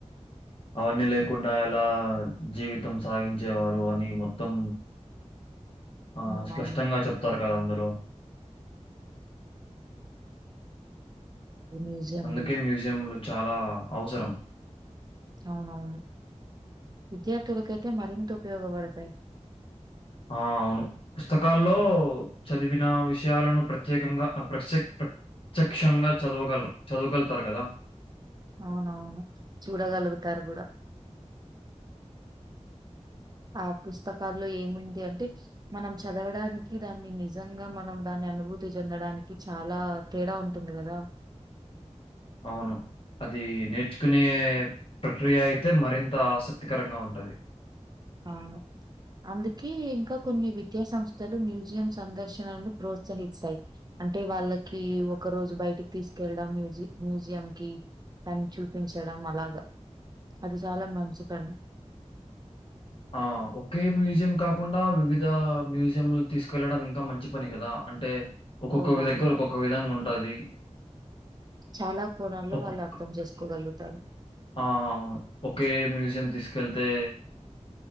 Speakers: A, on the left; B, on the right.
A: అవన్నీ లేకుండా ఎలా జీవితం సాగించేవారు అని మొత్తం ఆ
B: అవునవును.
A: స్పష్టంగా చెప్తారు కదా అందులో
B: ఈ మ్యూజియంలు.
A: అందుకే మ్యూజియంలు చాలా అవసరం
B: అవునవును విద్యార్థులకయితే మరింత ఉపయోగపడతాయి
A: ఆ అవును పుస్తకాల్లో చదివిన విషయాలను ప్రత్యేకంగా ప్రస్య ప్ర ప్రత్యక్షంగా చదవగలరు చదవగలుతారు కదా
B: అవునవును చూడగలుగుతారు కూడా ఆ పుస్తకాల్ లో ఏముంది అంటే మనం చదవడానికి దాన్ని నిజంగా మనం దాన్ని అనుభూతి చెందడానికి చాలా తేడా ఉంటుంది కదా
A: అవును అది నేర్చుకునే ప్రక్రియ అయితే మరింత ఆసక్తికరంగా ఉంటది
B: అవును అందుకే ఇంకా కొన్ని విద్యా సంస్థలు మ్యూజియం సందర్శనను ప్రోత్సహిస్తాయి అంటే వాళ్ళకి ఒక రోజు బయటికి తీసుకెళ్లడం మ్యూజి మ్యూజియం కి తని చూపించడం అలాగా అది చాలా మంచి పని
A: ఆ ఒకే మ్యూజియం కాకుండా వివిధ మ్యూజియంలు తీసుకెళ్లడం ఇంకా మంచి పని కదా అంటే ఒక్కొక్క
B: అవునవును.
A: దగ్గర ఒక్కొక్క విధంగా ఉంటది
B: చాలా కోణాల్లో
A: ఒక్కొక్క
B: వాళ్ళు అర్థం చేసుకోగలుగుతారు
A: ఆ అవును ఒకే మ్యూజియం తీసుకెళ్తే